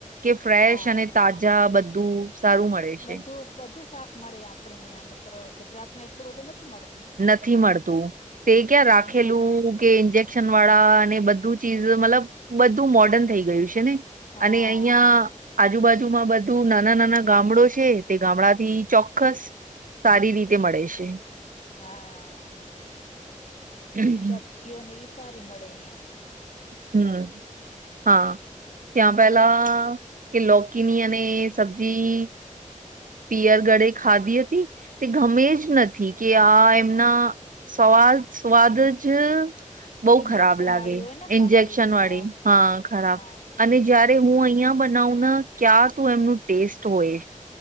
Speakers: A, on the right; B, on the left.
A: કે ફ્રેશ
B: હા
A: અને. તાજા બધું સારું મળે છે.
B: બધું બધું. શાક મળે. આપણેે મ ગુજરાત માં એટલું બધું નથી મળતું.
A: નથી મળતું. તે ક્યાં રાખેલું.
B: અહિયાં
A: કે ઇન્જેક્શન વાળા અને બધું ચીઝ મતલબ બધું મોર્ડર્ન થઇ ગયું છે. ને
B: હા
A: અને અહિયાં. આજુબાજુમાં બધું નાના નાના ગામડો છે. તે ગામડા થી ચોક્કસ. સારી રીતે મળે છે.
B: હા!
A: હમ
B: સબ્જીઓ ને સારી મળેયા.
A: હમ હા. ત્યાં પેલા કે લોકીની અને સબ્જી. પિયર ગળે ખાધી હતી તે ગમે જ નથી કે આ એમના. સવાદ સ્વાદ જ બઉ
B: ઇન્જેક્શન
A: ખરાબ લાગે
B: વાળી હોય ને
A: ઇન્જેકશન
B: પાકેલી હા
A: વાળી હા ખરાબ.
B: હા
A: અને જયારે હું અહિયાં બનાવ ક્યાં તું એમનું ટેસ્ટ હોય.